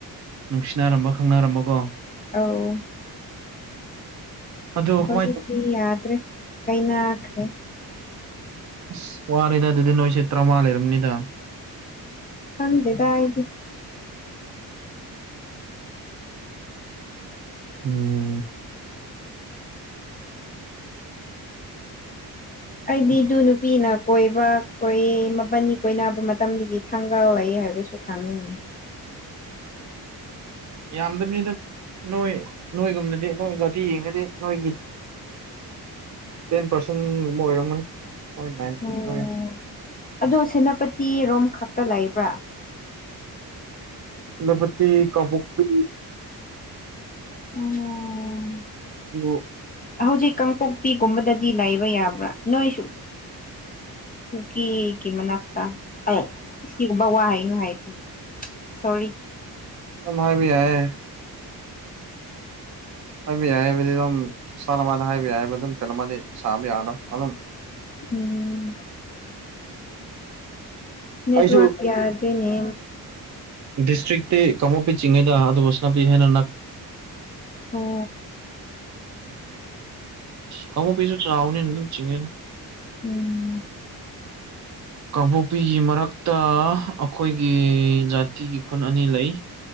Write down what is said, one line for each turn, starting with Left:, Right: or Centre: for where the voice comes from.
Right: ꯅꯨꯡꯁꯤꯅꯔꯝꯃ ꯈꯪꯅꯔꯝꯃꯒꯣ
Left: ꯑꯧ
Right: ꯑꯗꯣ
Left: ꯍꯧꯖꯤꯛꯇꯤ
Right: ꯀꯃꯥꯏꯅ ꯇꯧ
Left: ꯌꯥꯗ꯭ꯔꯦ ꯀꯥꯢꯅꯈ꯭ꯔꯦ
Right: ꯑꯁ ꯋꯥꯔꯤꯔꯗ ꯑꯗꯨꯗꯤ ꯅꯣꯏꯁꯦ ꯇꯔꯥꯃꯉꯥ ꯂꯩꯔꯝꯅꯤꯗ
Left: ꯍꯪꯗꯦꯗ ꯑꯩꯗꯤ
Right: ꯎꯝ
Left: ꯑꯩꯗꯤ ꯑꯗꯨ ꯅꯨꯄꯤꯅ ꯀꯣꯏꯕ ꯀꯣꯏꯌꯦ ꯃꯄꯟꯅꯤ ꯀꯣꯏꯅꯕ ꯃꯇꯝꯗꯒꯤ ꯊꯥꯡꯒꯥꯜ ꯂꯩ ꯍꯥꯏꯕꯁꯨ ꯊꯥꯡꯤꯅꯤ
Right: ꯌꯥꯝꯗꯕꯅꯤꯗ ꯅꯣꯏ ꯅꯣꯏꯒꯨꯝꯅꯗꯦ ꯅꯣꯏ ꯖꯥꯇꯤ ꯌꯦꯡꯉꯗꯤ ꯅꯣꯏꯒꯤ ꯇꯦꯟ ꯄꯥꯔꯁꯦꯟꯒꯨꯝꯕ ꯑꯣꯏꯔꯝꯒꯅꯤ ꯅꯣꯏ ꯅꯥꯏꯟꯇꯤ
Left: ꯎꯝ
Right: ꯅꯣꯏ
Left: ꯑꯗꯨꯣ ꯁꯦꯅꯥꯄꯇꯤꯔꯣꯝ ꯈꯛꯇ ꯂꯩꯕ꯭ꯔꯥ
Right: ꯁꯦꯅꯥꯄꯇꯤ ꯀꯥꯡꯕꯨꯣꯛꯄꯤ
Left: ꯑꯣ
Right: ꯎ
Left: ꯍꯧꯖꯤꯛ ꯀꯥꯡꯄꯣꯛꯄꯤꯒꯨꯝꯕꯗꯗꯤ ꯂꯩꯕ ꯌꯥꯕ꯭ꯔꯥ ꯅꯣꯏꯁꯨ ꯀꯨꯀꯤꯒꯤ ꯃꯅꯥꯛꯇ ꯑ ꯁꯤꯒꯨꯝꯕ ꯋꯥ ꯍꯥꯏꯅꯣ ꯍꯥꯏ ꯁꯣꯔꯤ
Right: ꯃꯍꯥꯛꯕꯤ ꯌꯥꯏꯌꯦ ꯍꯥꯏꯕꯤ ꯌꯥꯏ ꯍꯥꯏꯕꯗꯤ ꯑꯗꯨꯝ ꯁ ꯑꯃꯗ ꯍꯥꯏꯕ ꯌꯥꯏ ꯍꯥꯏꯕ ꯑꯗꯨꯝ ꯐꯤꯂꯝꯃꯗꯤ ꯁꯥꯕ ꯌꯥꯔꯣꯏ ꯑꯗꯨꯝ
Left: ꯎꯝꯝ ꯅꯦꯠꯋꯥꯔꯛ
Right: ꯑꯩꯁꯨ
Left: ꯌꯥꯗ꯭ꯔꯦꯅꯦ
Right: ꯗꯤꯁꯇ꯭ꯔꯤꯛꯇꯤ ꯀꯃꯣꯄꯤ ꯆꯤꯡꯉꯤꯗ ꯑꯗꯨ ꯍꯦꯟꯅꯅꯥ
Left: ꯑꯣ
Right: ꯀꯥꯡꯄꯣꯛꯄꯤꯁꯨ ꯆꯥꯎꯕꯅꯦ ꯑꯗꯨꯝ ꯆꯤꯡꯉꯦꯅꯤ
Left: ꯎꯝ
Right: ꯀꯥꯡꯄꯣꯛꯄꯤꯒꯤ ꯃꯔꯛꯇ ꯑꯩꯈꯣꯏꯒꯤ ꯖꯥꯇꯤꯒꯤ ꯈꯨꯟ ꯑꯅꯤ ꯂꯩ